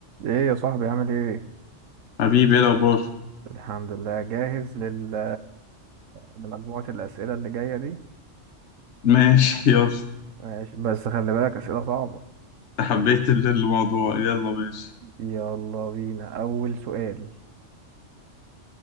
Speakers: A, on the right; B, on the left.
A: ايه يا صاحبي عامل ايه
B: حبيبي ايه الأخبار؟
A: الحمد لله جاهز لل لمجموعة الأسئلة اللي جاية دي
B: ماشي <laughs> يلا
A: ماشي بس خلي بالك أسئلة صعبة
B: حبيت ال- الموضوع يلا ماشي
A: يلا بينا أول سؤال